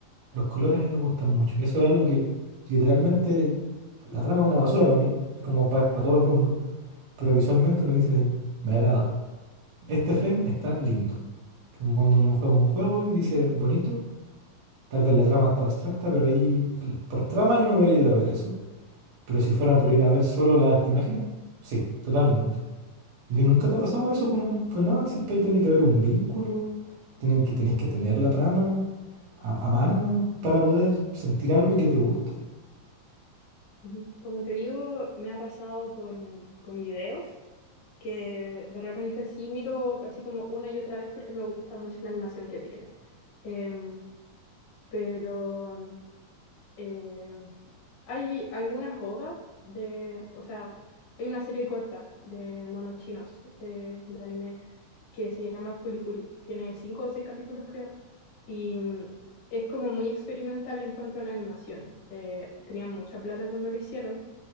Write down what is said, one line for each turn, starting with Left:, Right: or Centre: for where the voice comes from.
Right: Los colores a mí me gustan mucho y eso es algo que literalmente la trama es una basura para mí, como para todo el mundo, pero visualmente uno dice, me agrada. Este frame está lindo. Como cuando uno juega un juego y dice, bonito, tal vez la trama está abstracta, pero ahí por trama yo no hubiera ido a ver eso. Pero si fuera por ir a ver solo las imágenes, sí, totalmente. ¿Y nunca te ha pasado eso con, al- con nada? Siempre ahí tiene que haber un vínculo, tienen que, tenés que tener la trama a, a mano para poder sentir algo y que te guste.
Left: Ujú. Como te digo, me ha pasado con, con videos que de repente sí miro así como una y otra vez porque me gusta mucho la animación que tiene. Em, pero em, Hay algunas OVAs de, o sea, hay una serie corta de monos chinos eh, de anime que se llama Fuliculi. Tiene cinco o seis capítulos, creo, y mm, es como muy experimental en cuanto a la animación. Eh, tenían mucha plata cuando lo hicieron